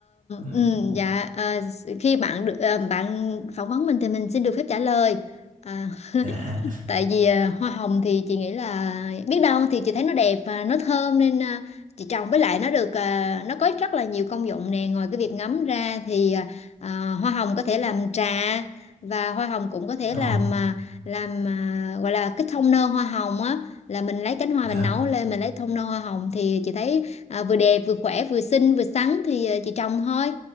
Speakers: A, on the right (about 75°); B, on the left (about 50°).
A: ừm,
B: ừ, dạ ờ, khi bạn được ờ, bạn phỏng vấn mình thì mình xin được phép trả lời Ờ,
A: Dạ.
B: Tại vì à, hoa hồng thì chị nghĩ là biết đâu thì chị thấy nó đẹp và nó thơm nên à, chị trồng với lại nó được à, nó có rất là nhiều công dụng nè ngoài cái việc ngắm ra thì à, à, hoa hồng có thể làm trà và hoa hồng cũng có thể
A: Ồ,
B: làm à, làm à, gọi là cái thông nơ hoa hồng á là mình lấy cánh hoa
A: dạ.
B: mình nấu lên mình lấy thông nơ hoa hồng thì chị thấy à, vừa đẹp vừa khỏe vừa xinh vừa sắn thì à, chị trồng thôi.